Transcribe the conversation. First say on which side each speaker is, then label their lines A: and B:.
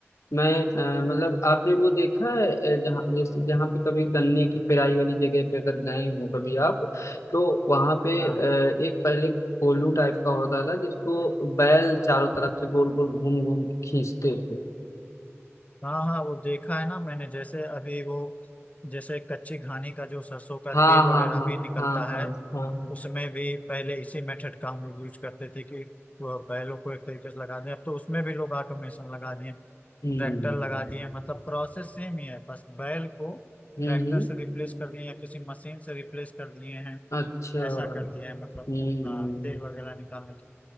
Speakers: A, on the left; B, on the left.
A: मैं अ, मतलब आपने वो देखा है अ, जहाँ जैसे जहाँ पे कभी गन्ने की पेराई वाली जगह पे अगर गए हो कभी आप तो वहाँ पे
B: हाँ
A: अ, एक पहले कोल्हू टाइप का होता था जिसको बैल चारों तरफ से गोल गोल घूम घूम के खींचते थे
B: हाँ हाँ वो देखा है ना मैंने जैसे अभी वो जैसे कच्ची घानी का जो सरसों का
A: हाँ
B: तेल
A: हाँ
B: वगैरह
A: हाँ
B: भी निकलता
A: हाँ हाँ
B: है
A: हाँ हाँ
B: उसमें भी पहले इसी मेथड का हम लोग यूज करते थे कि वो बैलों को एक तरीके से लगा दें अब तो उसमें भी लोग ऑटोमेशन लगा दिए ट्रैक्टर
A: हम्म
B: लगा दिए मतलब प्रोसेस सेम ही है बस बैल को
A: हम्म
B: ट्रैक्टर
A: हम्म।
B: से रिप्लेस कर दिए या किसी मशीन से रिप्लेस कर दिए हैं
A: अच्छा
B: ऐसा
A: हम्म
B: कर दिए हैं मतलब
A: हम्म।
B: हाँ तेल वगैरह निकालने के लिए।